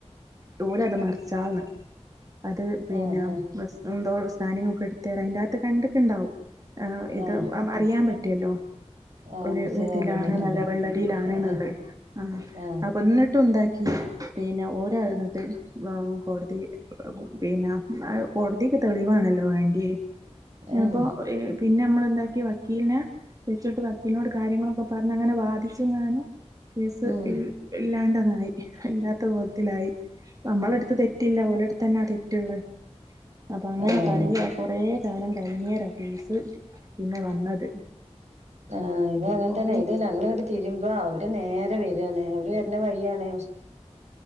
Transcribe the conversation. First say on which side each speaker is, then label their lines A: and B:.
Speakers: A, on the right (about 30°); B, on the right (about 75°).
A: ഇട്ടലെ അത് മറിച്ചാണ് അത് പിന്നെ
B: ആഹ് ആഹ്
A: എന്തോ സ്കാനിങ് ഒക്കെ എടുത്തറ അതിന്റെറ അകത്ത് കണ്ടിട്ട ഉണ്ടാവും ആ ഇത്
B: ആഹ്
A: അറിയാൻ പറ്റിയല്ലോ
B: ആഹ്
A: ഒ രതിയിലാണ്
B: കുറിച്ചത് അറിയാൻ പറ്റുള്ളൂ
A: നല്ല വെള്ളടിയിലാണ്
B: ആഹ്
A: നല്ലത് ആഹ
B: ആഹ്
A: അ എന്നിട്ടും ഉണ്ടാക്കി പിന്നെ ഓരുന്നിട്ട് കോടതി പിന്നെ കോടതി തെളിവാണല്ലോ വേണ്ടി
B: ആഹ് ആഹ്
A: അപ്പോൊ പിന്നെ നമ്മള് ണ്ടാക്കി വക്കീലിനെ വെച്ചിട്ട് വക്കീലിനോട് കാര്യങ്ങളൊക്കെ പറഞ്ഞഞ് അങ്ങനെ വാദിച്ചു ഞാനും കേസ്
B: ഉം
A: ഇല്ലാണ്ടതായി ഇല്ലാത്ത ബോധത്തിലായി നമ്മള അടുത്തത് തെറ്റില്ല പോലടുത്ത തന്നെ തെറ്റുള്ള അപ്പൊ അങ്ങനെ
B: ആഹ്
A: പറയ കൊറേ കാലം കഴിഞ്ഞേര കേസ് പിന്നെ വന്നത്
B: ആഹ് ഇത് അങ്ങനെ
A: ഓല്
B: തന്നെ ഇത് ഞങ്ങള് ഇങ്ങട്ട് തിരുമ്പോ അവര് നേരെ വരുവാണ് അവര് വരണ വയ്യാണ്